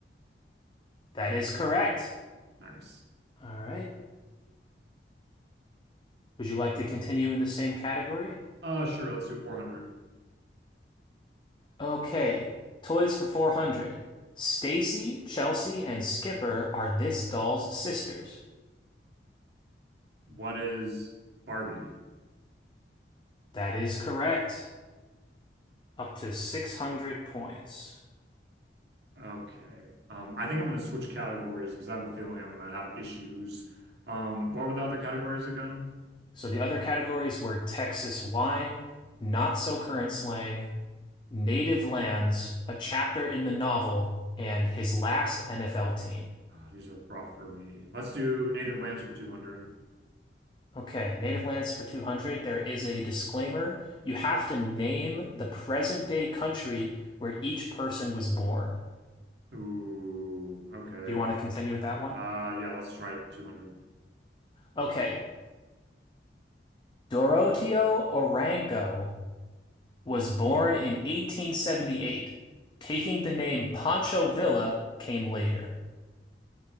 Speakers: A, on the left; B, on the right.
A: That is correct.
B: Nice.
A: All right. Would you like to continue in the same category?
B: Uh, sure, let's do 400.
A: Okay, toys for 400. Stacy, Chelsea, and Skipper are this doll's sisters.
B: What is Barbie?
A: That is correct. Up to 600 points.
B: Okay. Um, I think I'm gonna switch categories because I have a feeling I'm gonna have issues. Um, what were the other categories again?
A: So the other categories were Texas wine, not so current slang, native lands, a chapter in the novel, and his last NFL team.
B: Ah, these are rough for me. Let's do native lands for 200.
A: Okay, native lands for 200. There is a disclaimer. You have to name the present day country where each person was born.
B: Ooh, okay.
A: Do you want to continue with that one?
B: Uh, yeah, let's try 200.
A: Okay. Doroteo Orango was born in 1878. Taking the name Pancho Villa came later.